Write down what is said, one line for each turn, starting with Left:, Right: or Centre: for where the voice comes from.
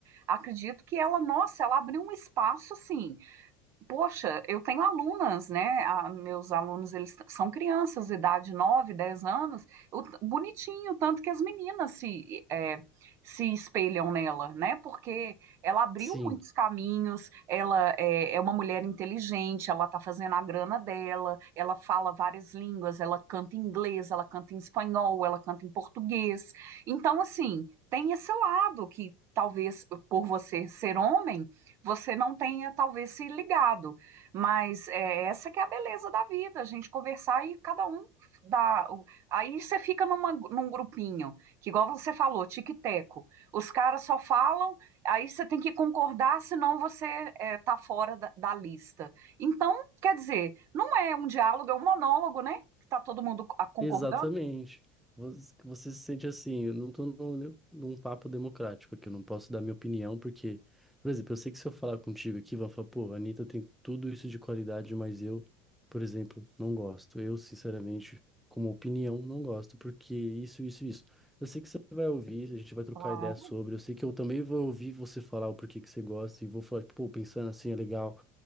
Right: acredito que ela, nossa, ela abriu um espaço assim Poxa, eu tenho alunas, né? a- meus alunos, eles t- são crianças, de idade 9, 10 anos, eu t- bonitinho, tanto que as meninas se, é, se espelham nela, né? Porque ela abriu
Centre: Sim.
Right: muitos caminhos, ela é, é uma mulher inteligente, ela tá fazendo a grana dela, ela fala várias línguas, ela canta em inglês, ela canta em espanhol, ela canta em português. Então, assim, tem esse lado que talvez por você ser homem você não tenha talvez se ligado, mas é, essa que é a beleza da vida, a gente conversar e cada um dá. o- Aí você fica numa- num grupinho, que igual você falou, tique-teco. Os caras só falam, aí você tem que concordar, senão você é, tá fora da, da lista. Então, quer dizer, não é um diálogo, é um monólogo, né? Que tá todo mundo ah, concordando.
Centre: Exatamente. Você você se sente assim, eu não tô num, num papo democrático aqui, eu não posso dar minha opinião, porque, por exemplo, eu sei que se eu falar contigo aqui, vão falar, pô, a Anitta tem tudo isso de qualidade, mas eu, por exemplo, não gosto. Eu, sinceramente, como opinião, não gosto, porque isso, isso, isso. Eu sei que você vai ouvir, a gente vai trocar
Right: Claro.
Centre: ideia sobre, eu sei que eu também vou ouvir você falar o porquê que você gosta, e vou falar, tipo, pô, pensando assim é legal,